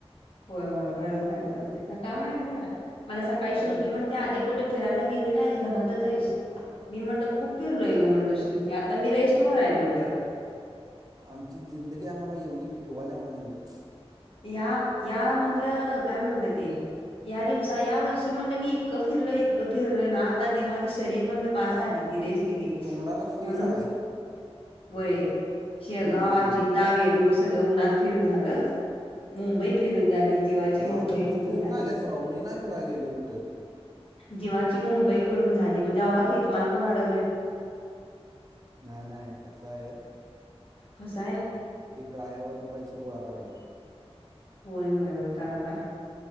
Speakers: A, on the left (about 60°); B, on the right (about 35°).
A: होय होय बरोबर आहे बरोबर आहे का काम आहे आपल्याला मला सकाळी श्रुती
B: होय
A: म्हण त्या आधी कुठे फिरायला गेली नाहीस घरातच आहेस. मी म्हणत खूप फिरलोय ग म्हणलं श्रूती आता मी रेस्टवरर आहे म्हणटलं.
B: आमची जिंदगी आम्हाला एवढी फिरवायल्या म्हणायच.
A: या यामधलं काय म्हणलं ते. या दिवसा या वर्षी म्हटलं मी इतकं फिरलो इतकं फिरलोय ना आता माझं शरीर म्हणलं बास आदिती रेस त घे
B: तोंडाला फेस
A: म्हणून
B: आलाय
A: वय शेगाव
B: फिरून
A: आजीनंटा
B: फिरून
A: वेरूस सगळ उन्हात फिरून झालं. मुंबई फिरून झाली. जीवाची मुंबई
B: आधी तू
A: करून
B: फिरून
A: झाली
B: आलेस राव मी नाही फिराय गेलो कुठ.
A: जीवाची मुंबई करून झाली म्हणजे जावा की तुम्हाला कोण अडवले.
B: नाय नाय कस आहे.
A: कस हाय.
B: ते क्रायावर ना पैसे गोळा करालोय.
A: होय होय होय करा करा